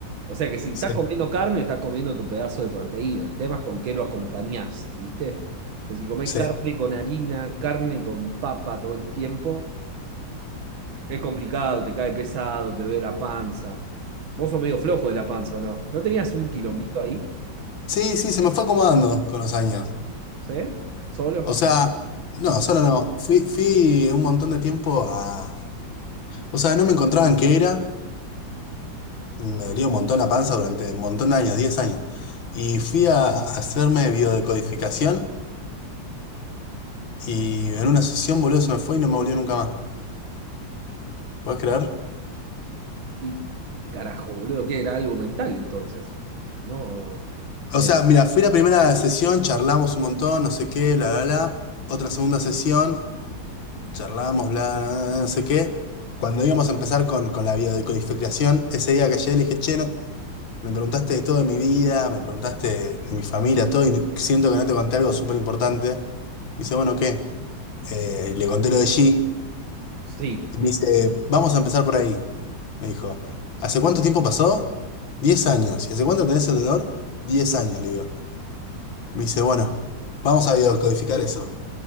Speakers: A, on the right; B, on the left.
A: O sea que si estás
B: Sí.
A: comiendo carne, estás comiendo tu pedazo de proteína. El tema es con qué lo acompañás, ¿viste? Pues si comés
B: Sí.
A: carne con harina, carne con papa todo el tiempo, es complicado, te cae pesado, te duele la panza. Vos sos medio flojo de la panza, ¿o no? ¿No tenías un quilombito ahí?
B: Sí, sí, se me fue acomodando con los años.
A: ¿Sí? ¿Solo?
B: O sea, no, solo no. Fui, fui un montón de tiempo a... O sea, no me encontraban qué era. Me dolía un montón la panza durante un montón de años, 10 años. Y fui a a hacerme biodecodificación y en una sesión, boludo, se me fue y no me volvió nunca más. ¿Puedes creer?
A: Y carajo, boludo, que era algo mental entonces. No, me...
B: O sea, mira, fui la primera sesión, charlamos un montón, no sé qué, bla, bla, bla. Otra segunda sesión, charlamos, bla, bla, bla, no sé qué. Cuando íbamos a empezar con, con la biodecodificación, ese día que llegué le dije, che, no, Me preguntaste de todo de mi vida, me preguntaste de mi familia, todo, y siento que no te conté algo súper importante. Me dice, bueno, ¿qué? Eh, y le conté lo de G,
A: Sí.
B: y me dice, vamos a empezar por ahí. Me dijo, ¿hace cuánto tiempo pasó? Diez años. ¿Y hace cuánto tenés el dolor? Diez años, le digo. Me dice, bueno, vamos a biodescodificar eso.